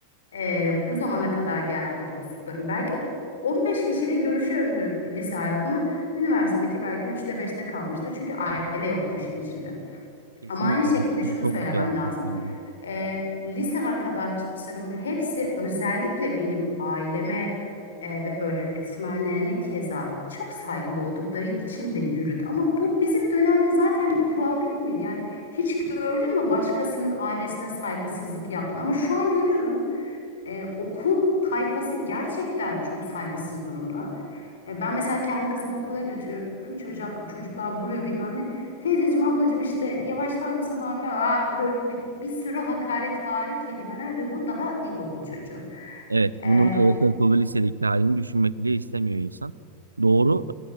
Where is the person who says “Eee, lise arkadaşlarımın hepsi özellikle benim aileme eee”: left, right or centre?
Left